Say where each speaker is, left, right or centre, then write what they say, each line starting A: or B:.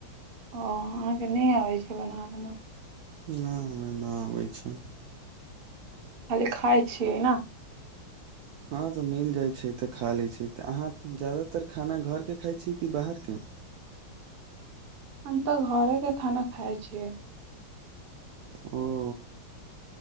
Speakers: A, on the right; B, on the right.
A: ओ अहाँकेँ नहि आबैत छै बनाबैमे
B: नहि हमे नहि आबै छै।
A: खाली खाइ छिये ने।
B: ह तऽ मिल जाइत छै तऽ खा लै छै तऽ अहाँ ज्यदातर खाना घर के खाइ छी कि बाहर के
A: हम तऽ घरे के खाना खाइ छियै
B: आओर।